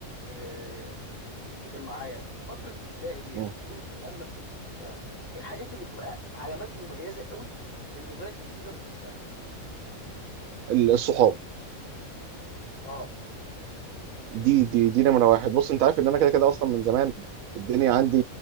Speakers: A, on the left; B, on the right.
A: آه، وتفتكر معايا فتره ابتدائي ديت
B: مم.
A: انت لما بتيجي تفتكرها ايه الحاجات اللي بتبقى علامات مميزه قوي بالنسبه لك مش بتقدر تنساها
B: ال- الصحاب
A: اه
B: دي دي دي نمره واحد بص انت عارف ان انا كده كده اصلا من زمان الدنيا عندي